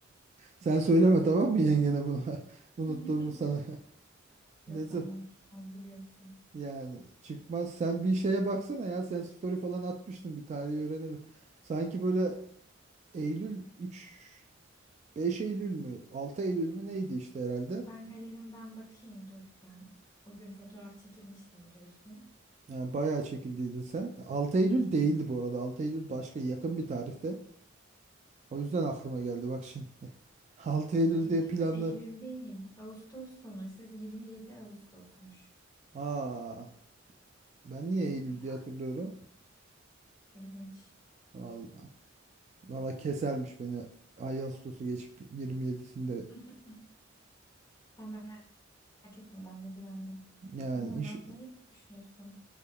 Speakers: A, on the right (about 35°); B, on the left (about 20°).
A: Sen söyleme tamam mı yengene bunu? <laughs>
B: <laughs>
A: Unuttuğumu sana. <laughs>
B: Yok
A: Ne zaman?
B: benden çıkmaz biliyorsun.
A: Yani çıkmaz. Sen bir şeye baksana ya. Sen story falan atmıştın bir tarihi öğrenelim. Sanki böyle Eylül 3 5 Eylül mü? altı Eylül mü neydi işte herhalde.
B: Ben galerimden bakayım dur ben o gün fotoğraf çekilmiştim biliyorsun.
A: Yani bayağı çekildiydin sen. altı Eylül değildi bu arada. altı Eylül başka yakın bir tarihte. O yüzden aklıma geldi bak şimdi. <laughs> 6 Eylül
B: Hayır
A: diye
B: canım
A: planlar.
B: Eylül değil. Ağustos sonu. Siz 27 Ağustos'muş.
A: Aa, ben niye Eylül
B: Yok
A: diye hatırlıyorum?
B: artık. İlginç.
A: Vallahi. Valla kesermiş beni. Ağustos'u geçip 27'sinde
B: <laughs> Sen merak etme ben de güvende.
A: yani
B: Bilmiyorum
A: iş.
B: ne yapmayı düşünüyorsun.